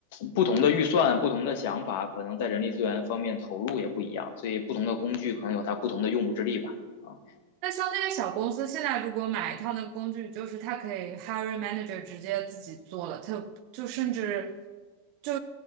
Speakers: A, on the left; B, on the right.
A: 不同的预算、不同的想法，可能在人力资源方面投入也不一样，所以不同的工具可能有它不同的用武之地吧。啊，
B: 那像那些小公司，现在如果买一套那个工具，就是他可以 hiring manager 直接自己做了，它就甚至就